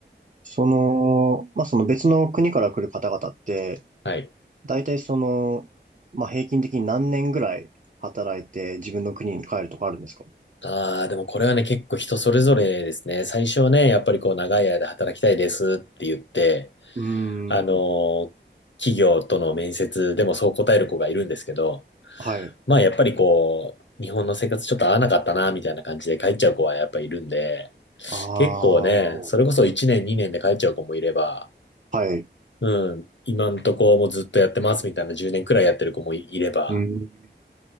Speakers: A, on the right; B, on the left.
A: その、まあ、その別の国から来る方々って、
B: はい。
A: 大体その、まあ、平均的に何年ぐらい働いて自分の国に帰るとかあるんですか
B: ああ、でもこれはね、結構人それぞれですね。最初はね、やっぱりこう長い間働きたいですって言って、
A: うーん。
B: あのー企業との面接でもそう答える子がいるんですけど、
A: はい。
B: まあやっぱりこう、日本の生活ちょっと合わなかったな、みたいな感じで帰っちゃう子はやっぱいるんで、
A: ああ、
B: 結構ね、それこそ1年2年で帰っちゃう子もいれば、
A: はい。
B: うん、今んとこもうずっとやってますみたいな10年くらいやってる子もいれば、
A: うん。